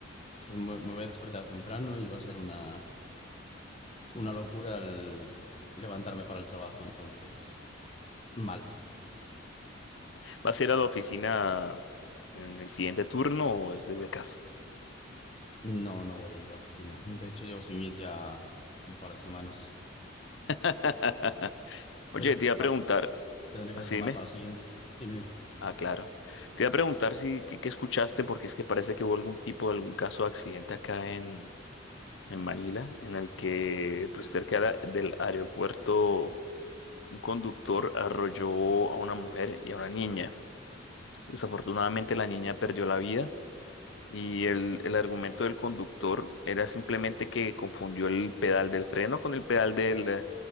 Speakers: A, on the left; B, on the left.
A: pues me, me voy a despertar temprano y va a ser una, una locura el levantarme para el trabajo. Entonces, mal.
B: ¿Vas a ir a la oficina en el siguiente turno o es desde casa?
A: No, no voy a ir a la oficina. De hecho, llevo sin ir ya un par de semanas.
B: <laughs> Oye,
A: Pero
B: te iba a
A: pal-
B: preguntar,
A: tendré que
B: así
A: retomar
B: dime.
A: para la siguiente. Dime.
B: Ah, claro. Te iba a preguntar si qué, qué escuchaste, porque es que parece que hubo algún tipo, algún caso de accidente acá en, en Manila, en el que, pues cerca de la- del aeropuerto, un conductor arrolló a una mujer y a una niña. Desafortunadamente la niña perdió la vida Y el, el argumento del conductor era simplemente que confundió el pedal del freno con el pedal del eh,